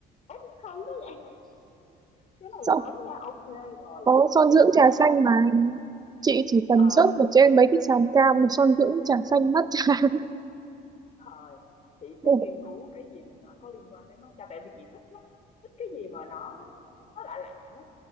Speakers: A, on the left (about 45°); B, on the right (about 25°).
A: Ủa, hay thế vậy? Cái này
B: xong
A: mới nha. Ok rồi.
B: có son
A: Chị
B: dưỡng trà
A: sẽ
B: xanh mà chị chỉ cần
A: ờ
B: search vào trên mấy cái sàn cam son dưỡng trà xanh matcha
A: thời chị sẽ
B: <laughs>
A: nghiên cứu cái gì mà nó có liên quan tới matcha tại vì chị thích lắm. Thích cái gì mà nó nó lạ lạ đó.